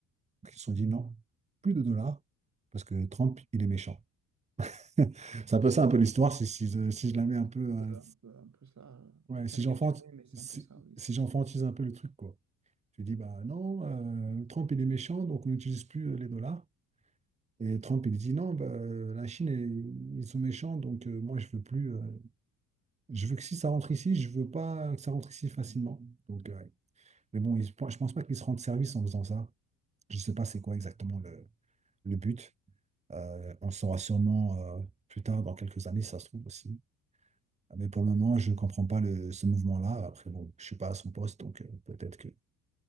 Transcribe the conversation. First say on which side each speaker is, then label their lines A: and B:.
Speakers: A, on the right (about 15°); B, on the right (about 40°).
A: Ils se sont dit non, plus de dollars, parce que Trump, il est méchant. <laughs> C'est un peu ça, un peu l'histoire, si, si, je- si je la mets un peu. euh,
B: euh, un peu, un peu ça, euh,
A: ouais, si
B: caricaturé,
A: j'enfante,
B: mais c'est
A: si,
B: un peu ça, oui.
A: si j'enfantise un peu le truc, quoi. Tu dis, bah non, euh, Trump, il est méchant, donc on n'utilise plus euh, les dollars. Et Trump, il dit, non, bah, euh, la Chine, elle- ils sont méchants, donc euh, moi, je veux plus. euh, je veux que si ça rentre ici, je veux pas que ça rentre ici facilement. Donc, euh, ouais. Mais bon, ils- je pense pas qu'ils se rendent service en faisant ça. Je sais pas c'est quoi exactement le, le but. Euh, on le saura sûrement euh, plus tard, dans quelques années, si ça se trouve aussi. Ah, Mais pour le moment, je ne comprends pas le, ce mouvement-là. Après, bon, je ne suis pas à son poste, donc euh, peut-être que